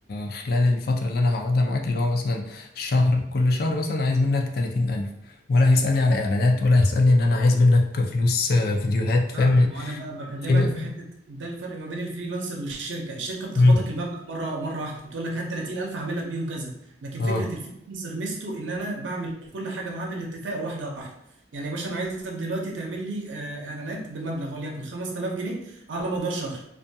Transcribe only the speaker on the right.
لا ما انا بقى بكلمك
في حته ده الفرق ما بين الفريلانسر والشركه الشركه بتخبطك
المبلغ مره مره واحده بتقول لك هات 30000 هعمل لك بيهم كذا لكن
فكره الفريلانسر ميزته ان انا بعمل كل حاجه معاه بالاتفاق واحده واحده يعني يا باشا انا عايزك دلوقتي تعمل لي آه، اعلانات بمبلغ وليكن 5000 جنيه على مدار شهر